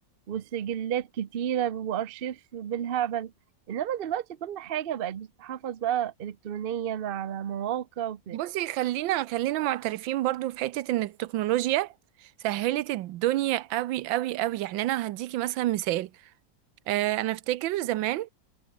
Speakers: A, on the right; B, on the right.
A: وسجلات كتيره وارشيف بالهبل انما دلوقتي كل حاجة بقت بتتحفظ بقى الكترونيا على مواقع وفي...
B: بصي خلينا خلينا معترفين برضو في حتة ان التكنولوجيا سهلت الدنيا قوي قوي قوي يعني انا هديكي مثلا مثال آه، انا افتكر زمان